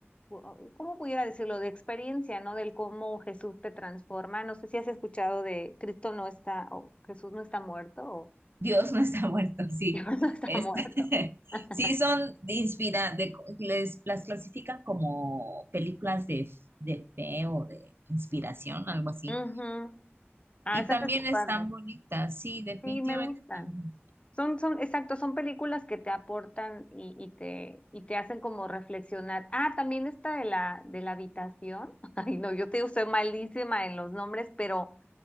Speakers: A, on the left; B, on the right.
A: pu- ¿cómo pudiera decirlo? De experiencia, ¿no? Del cómo Jesús te transforma. No sé si has escuchado de Cristo no está, o Jesús no está muerto, o
B: Dios no está <laughs> muerto, sí.
A: <laughs> Dios no está
B: Este,
A: muerto.
B: <laughs>
A: <laughs>
B: sí, son de inspira, de, les, las clasifican como películas de, de fe o de inspiración, algo así.
A: Ujú. Ah,
B: Y
A: esas
B: también
A: están
B: están
A: padres.
B: bonitas, sí, definitivamente
A: Sí, me gustan.
B: también.
A: Son, son, exacto, son películas que te aportan y, y te, y te hacen como reflexionar. Ah, también esta de la, de la habitación. <laughs> Ay, no, yo te digo, soy malísima en los nombres, pero